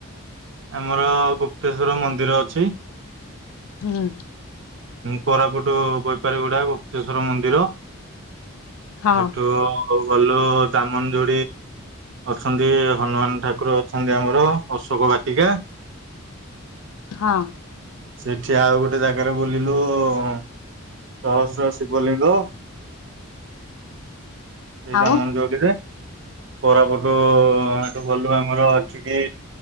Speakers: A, on the right; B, on the left.
A: ଆମର ଗୁପ୍ତେଶ୍ଵର ମନ୍ଦିର ଅଛି।
B: ହୁଁ।
A: କୋରାପୁଟ ବୈପାରୀଗୁଡା ଗୁପ୍ତେଶ୍ଵର ମନ୍ଦିର।
B: ହଁ
A: ହେଠୁ ହଉ ଭଲ ଦାମନ ଦୁ ଅଛନ୍ତି ହନୁମାନ ଠାକୁର ଅଛନ୍ତି ଆମର ଅଶୋକ ବାଟିକା
B: ହଁ।
A: ସେଠି ଆଉ ଗୋଟେ ଜାଗାରେ ବୁଲିଲୁ ସହସ୍ର ଶିବଲିଙ୍ଗ ସେଇ
B: ଆଉ
A: ଦାମନଯୋଡ଼ି ରେ କୋରାପୁଟୁ ଆଗ ଗଲୁ ଆମର ଅଛି କି